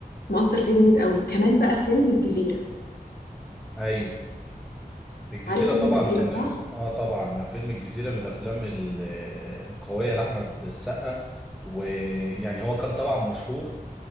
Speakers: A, on the left; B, in the centre.
A: مؤثر فيا جامد قوي كمان بقى فيلم الجزيره
B: ايوه الجزيرة
A: عارف فيلم
B: طبعا
A: الجزيره صح
B: اه طبعا فيلم الجزيرة من الافلام ال- القوية لاحمد السقا ويعني هو كان طبعا مشهور